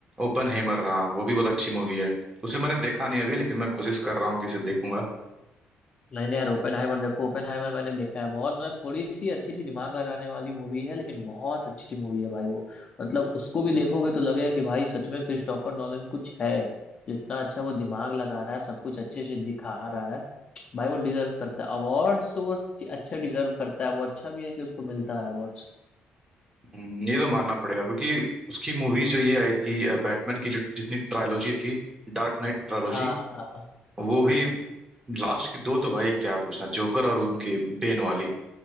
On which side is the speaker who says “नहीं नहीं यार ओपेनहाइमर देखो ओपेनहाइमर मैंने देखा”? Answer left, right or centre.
Left